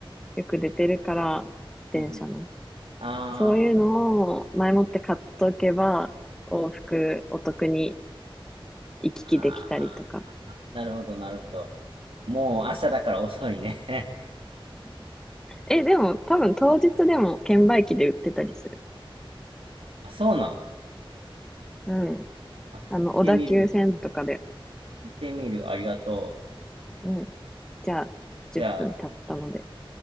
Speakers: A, in the centre; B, on the right (about 80°).
A: よく出てるから、電車の。
B: うん。あ
A: そういうのを前もって買っとけば、往復お得に行き来できたりとか。
B: あ、なるほど、なるほど。もう明日だから遅いね。
A: え、でも、多分当日でも券売機で売ってたりする。
B: <laughs> あ、そうなの
A: うん。
B: あ、
A: あの、小田急線とかで。
B: 見てみる。見てみる。ありがとう。
A: うん。じゃあ、10分経ったので。
B: じゃあ、